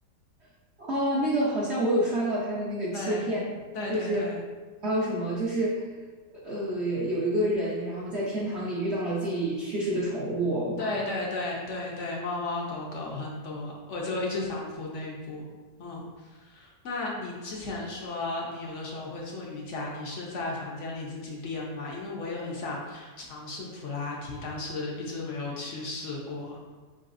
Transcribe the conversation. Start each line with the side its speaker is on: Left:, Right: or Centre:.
Right: <laughs> 哦，那个好像我有刷到它的那个切片，
Left: 对，对对对。
Right: 就是还有什么就是。呃，有一个人，然后在天堂里遇到了自己去世的宠物，
Left: 对对对对对，
Right: 哇，
Left: 猫猫狗狗很多，我就一直想补那一步。嗯，那你之前说你有的时候会做瑜伽，你是在房间里自己练吗？因为我也很想尝试普拉提，但是一直没有去试过。